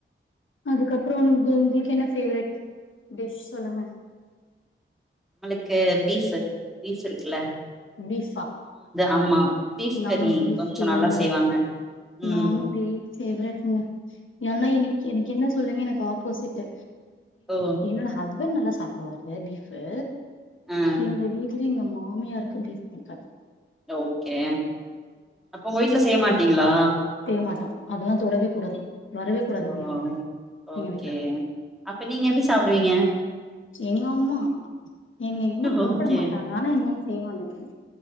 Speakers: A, on the left; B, in the centre.
A: அதுக்கப்றோ <unintelligible> வீட்ல என்ன ஃபேவரட் டிஷ் சொல்லுங்க
B: நம்மளுக்கு பீஃபு பீஃப் இருக்குல்ல
A: பீஃபா
B: ஆம்மா பீஃப்
A: நானு
B: கரி
A: பீஃப்
B: கொஞ்சொ
A: ஃபேவரட்
B: நல்லா செய்வாங்க ம்
A: நானு பீஃப் ஃபேவரெட்ங்க ஏன்னா இன்னிக்கி எனக்கு என்ன சொல்லுங்க எனக் பாப்போசிட்டு
B: ஓ
A: என்னோட ஹஸ்பண்ட் நல்லா சாப்புடுவாரு பீஃப்வு
B: ஆ
A: எங்க வீட்ல எங்க மாமியாருக்கு பீஸ் புடிக்காத்
B: ஓகே அப்ப உங்க வீட்ல செய்ய மாட்டீங்களா
A: தேமாட்டோ அதெல்லா தொடவே கூடாது வரவே கூடாது
B: ஓ
A: பீஃப் எங்க
B: ஓகே
A: வீட்ல
B: அப்ப நீங்க எப்டி சாப்டுவீங்க
A: எங்க அம்மா எங் எங்கம்மா சாப்புட
B: ஓகே
A: மாட்டாங்க ஆனா எங்கம்மா செய்வாங்க